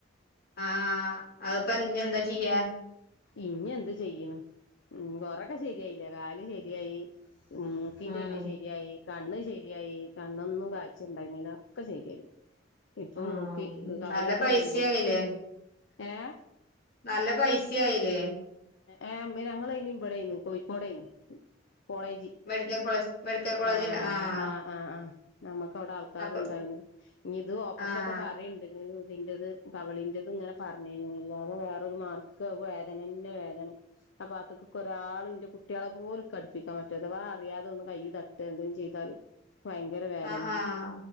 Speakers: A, on the left (about 55°); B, on the left (about 70°).
A: ആ ആ അത്പ്പ ഇനി എന്താ ചെയ്യാ
B: ഇനി എന്ത് ചെയ്യ്ണ് ഉം കൊറേക്കെ ശരിയായില്ലെ കാല് ശെരിയായി മൂക്കിന്റെ
A: ആഹ്
B: എല്ല് ശെരിയായി കണ്ണ് ശരിയായി കണ്ണൊന്നും കാഴ് <unintelligible> ഒക്കെ ശെരിയായി. ഇപ്പം
A: ആഹ്
B: മൂക്ക് കവളിന്റെ
A: നല്ല പൈസയായില്ലേ
B: എല്ലും കൂടെ ഏ
A: നല്ല പൈസയായില്ലേ?
B: ആ ഞങ്ങളയ്ന് ഇബടെനി കോഴിക്കോടെനി കോളേജ്
A: മെഡിക്കൽ കോളേജ് മെഡിക്കൽ കോളേജിൽ
B: ആ
A: ആഹ്
B: ആ ആ ആഹ് നമുക്ക് ഔടെ ആൾക്കാരുണ്ടായീന്നു.
A: അപ്പൊ
B: ഇനി ഇത് ഓപ്പ്റഷൊക്കെ
A: ആഹ്
B: പ പറിണ്ട്ലേ ഇതിന്റെത് കവിളിന്റെത് ഇങ്ങനെ പർ ഞ്ഞീനി അല്ലാതെ വേറൊരു <unintelligible> വേദനന്നെ വേദന അപ്പൊ ഭാഗത്തുക്ക്ക്കെ ഒരാള് ഇന്റെ കുട്ടികളെ പോലും ഇക്ക് കടുപ്പിക്കാൻ പറ്റൂല അവ അറിയാതെ ഒന്ന് കയ്യി <unintelligible> എന്തേ ചെയ്താല് ഭയങ്കര വേദനേണ്.
A: ആഹ് ആഹ്